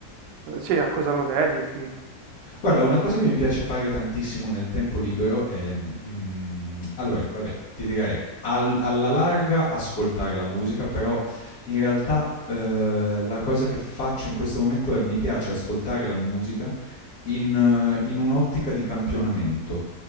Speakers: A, on the right; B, on the left.
A: Eh, sì, a cosa lo dedichi?
B: Guarda, una cosa che mi piace fare tantissimo nel tempo libero è... mm, allora, vabbè, ti direi al- alla larga ascoltare la musica, però in realtà eh, la cosa che faccio in questo momento è mi piace ascoltare la musica in, eh, in un'ottica di campionamento.